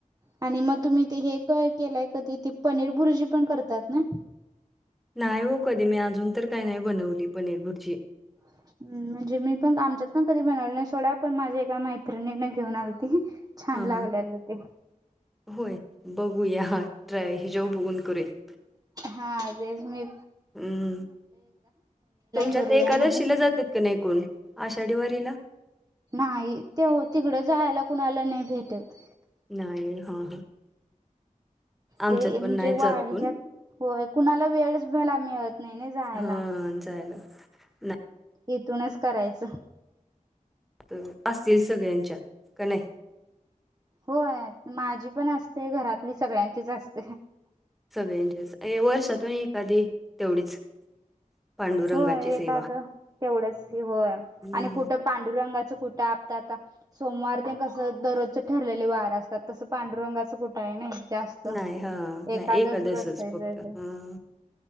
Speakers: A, on the right; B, in the centre.
A: आणि मग तुम्ही ते हे काय केलंय कधी त पनीर बुरजी पण करतात ना
B: नाही हो कधी मी अजून तर काही नाही बनवली पनीर भुरजी
A: <inaudible> म्हणजे मी पण आमच्यात पण कधी बनवलं नाही सोडा पण माझ्या एका मैत्रिणीन घेऊन आलती छान
B: हा
A: लागल्यालं
B: हा.
A: ते
B: होय बघूया ट्रा हिच्याेऊ बघून करूया
A: हां रेलमी
B: हम्म तुमच्यात
A: करूया
B: एकादशिला
A: म्हणून.
B: जातात का नाही कोण आषाढीवारीला
A: नाही तेव तिकडं जायला कुणाला नाय भेटत
B: नाही हा हा आमच्यात
A: ते म्हणजे
B: पण नाही
A: वा
B: जात
A: ह्याच्यात
B: कोण
A: होय कुणाला वेळच मिळणार नाय नाही नाही जायला
B: हा जायला नाही
A: इथूनच करायचं
B: तर असतील सगळ्यांच्या कनाय
A: होय माझी पण असते घरातली सगळ्यांचीच असते
B: सगळ्यांच्याच ए वर्षातून एखादी तेवढीच पांडुरंगाची
A: होय
B: सेवा
A: एखादं तेवढंच होय
B: हम्म.
A: आणि कुठं पांडुरंगाचं कुठं आप्त आता सोमवार तेन कसं दररोजचे ठरलेले वार असतात तसं पांडुरंगाच कुठंय नाय जास्त
B: नाही हां,
A: एकादसच
B: नाही
A: असायच
B: फक्त
A: याच
B: हां,